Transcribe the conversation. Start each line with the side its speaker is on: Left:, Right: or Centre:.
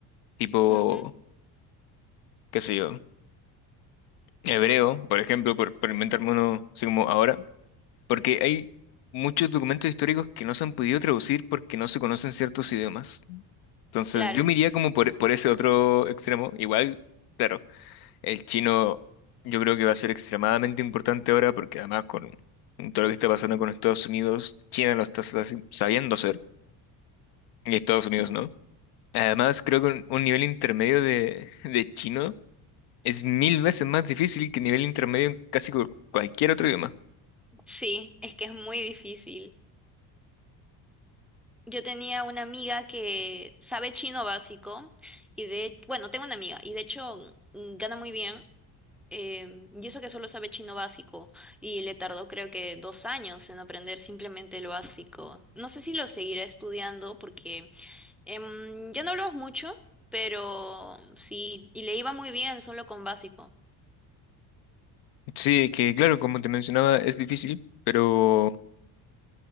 Left: tipo,
Centre: ujú,
Left: qué sé yo, hebreo, por ejemplo, por, por inventarme uno así como ahora. Porque hay muchos documentos históricos que no se han podido traducir porque no se conocen ciertos idiomas. Entonces,
Centre: claro.
Left: yo me iría como por, por ese otro extremo. Igual, claro, el chino yo creo que va a ser extremadamente importante ahora porque además con todo lo que está pasando con Estados Unidos, China lo está sa- sabiendo hacer y Estados Unidos no. Además, creo que un, un nivel intermedio de, <laughs> de chino es mil veces más difícil que nivel intermedio en casi cu- cualquier otro idioma.
Centre: Sí, es que es muy difícil. Yo tenía una amiga que sabe chino básico y de, bueno, tengo una amiga y de hecho mm, gana muy bien. em, y eso que solo sabe chino básico y le tardó creo que dos años en aprender simplemente el básico. No sé si lo seguirá estudiando porque em, ya no hablamos mucho, pero sí, y le iba muy bien solo con básico.
Left: Sí, que claro, como te mencionaba, es difícil. Pero